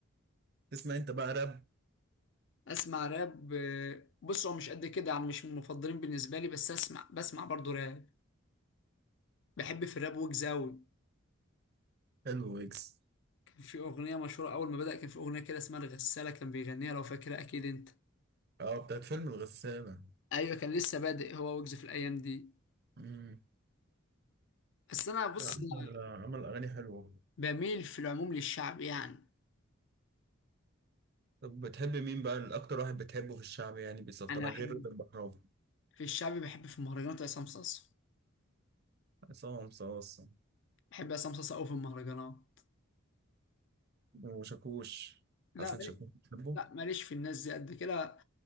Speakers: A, on the right (about 50°); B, on the left (about 55°).
A: تسمع انت بقى راب
B: اسمع راب آه، بص هو مش قد كده يعني مش من المفضلين بالنسبه لي بس اسمع بسمع برضه راب بحب في الراب ويجز أوي
A: حلو ويجز
B: في أغنية مشهورة أول ما بدأ كان في أغنية كده اسمها الغسالة كان بيغنيها لو فاكرها أكيد أنت
A: اه بتاعت فيلم الغسالة
B: أيوة كان لسه بادئ هو ويجز في الأيام دي
A: امم
B: بس أنا بص
A: لا عمل
B: أنا
A: عمل اغاني حلوه
B: بميل في العموم للشعب يعني
A: طب بتحب مين بقى الاكتر واحد بتحبه في الشعب يعني بالظبط
B: أنا
A: انا
B: أحب
A: غير رضا البحراوي
B: في الشعب بحب في المهرجانات عصام صاصا
A: عصام صاصا
B: بحب عصام صاصا أوي في المهرجانات
A: وشاكوش
B: لا
A: حسن
B: مالي
A: شاكوش بتحبه
B: لا ماليش في الناس دي قد كده